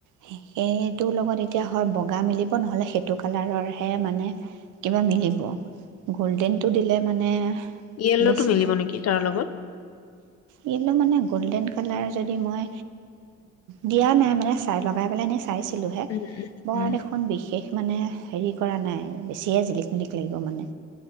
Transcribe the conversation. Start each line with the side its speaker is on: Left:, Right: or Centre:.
Right: সেই সটোৰ লগত এতিয়া হয় বগা মিলিব নহ'লে সেইটো কালাৰৰহে মানে কিবা মিলিব গল্ডেনটো দিলে মানে
Left: ইয়েল্লোতটো
Right: বেছি
Left: মিলিব নেকি ল
Right: ইয়লো মানে গ'ল্ডেন কালাৰ যদি মই দিয়া নাই মানে চাই লগাই পেলাই নি চাইছিলোঁহে
Left: উম
Right: বৰা
Left: উম
Right: দেখোন বিশেষ মানে হেৰি কৰা নাই বেছিয়ে জিলিক মিলিক লাগিব মানে